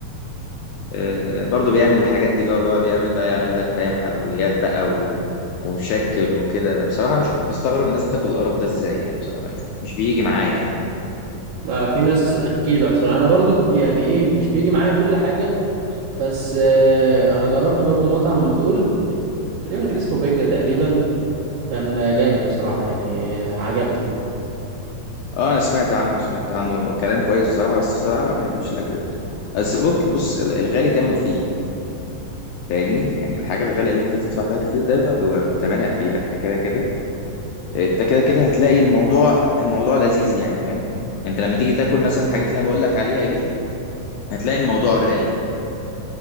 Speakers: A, on the left (about 75°); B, on the right (about 75°).
A: آه، برضو بيعمل الحاجات دي اللي هو بيقعد يعمل بقى يعمل لك فاهم حلويات بقى و... ومشكل وكده بصراحة مش بستغرب الناس بتاكل القرف ده ازاي يعني بصراحة مش, مش بيجي معايا يعني
B: لا في ناس اكيله بصراحه انا برضو ب- يعني ايه مش بيجي معايا كل حاجه بس آه، انا جربت برضو مطعم من دول تقريبا كان اسمه بيجا تقريبا كان آه، جامد بصراحة يعني آه، عجبني
A: اه انا سمعت عنه سمعت عنه كلام كويس بصراحة بس بصراحة ما بحبش الاكل ده بس بك بص ال- الغالي تمنه فيه فاهمني يعني الحاجة الغالية اللي انت تدفع فيها كتير ده بيبقى تمنها فيها انت كده كده انت كده كده هتلاقي الموضوع الموضوع لذيذ يعني فاهم انت لما تيجي تاكل مثلا الحاجات اللي انا بقول لك عليها دي هتلاقي الموضوع رايق